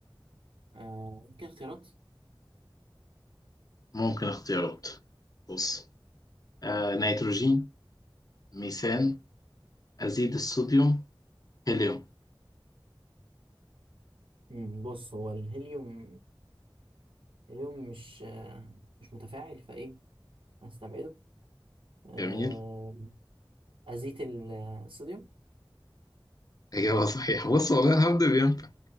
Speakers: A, on the right; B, on the left.
A: آه كاختيارات
B: ممكن اختيارات بص آه نيتروجين ميثان أزيد الصوديوم هيليوم
A: مم، بص هو الهيليوم الهيليوم مش آه مش متفاعل فايه هنستبعده آه
B: جميل
A: أزيت ال- الصوديوم
B: إجابة صحيحة بص والله الحمد لله بينفع